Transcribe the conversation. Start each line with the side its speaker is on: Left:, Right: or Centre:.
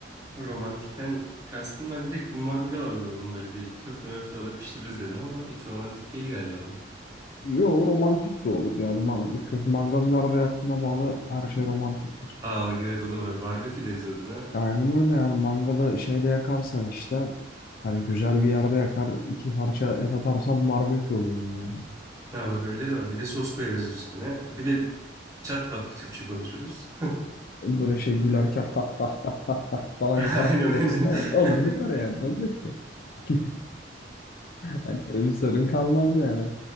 Right: Romantikten kastın ben direkt mangal algıladım böyle bir köfte möfte alır pişiririz dedim ama hiç romantik değil galiba bu.
Left: Yo romantik de olur yani ma- kö- mangalı nerede yaktığına bağlı her şey romantiktir.
Right: Aa bak evet o da var. Barbekü deriz adına.
Left: Aynen öyle yani mangalı şeyde yakarsan işte hani güzel bir yerde yakar iki parça et atarsan barbekü oluyor yani.
Right: Ha bak öyle de var. Bir de sos koyarız üstüne. Bir de çat pat bir Türkçe konuşuruz.
Left: Böyle şey gülerken <laughs> ha ha ha ha ha falan
Right: <laughs>
Left: yaparak
Right: Aynen
Left: güleriz
Right: aynen.
Left: tamam
Right: <laughs>
Left: olur biter yani ne olacak ki? <laughs> Hani bir sorun kalmaz yani.